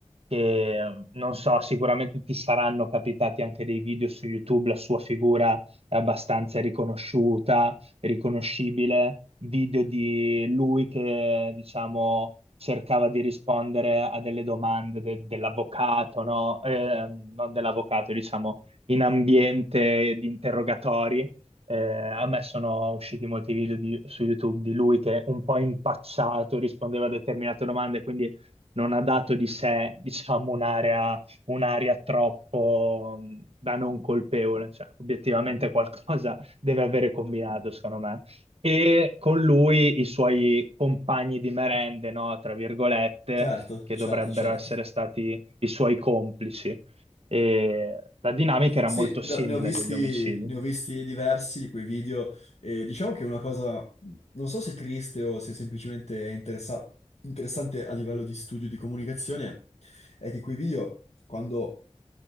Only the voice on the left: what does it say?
Certo,
certo,
certo.
Sì,
no, ne ho visti,
ne ho visti diversi di quei video e diciamo che è una cosa, non so se triste o se semplicemente è interessa- interessante a livello di studio di comunicazione, è che quei video, quando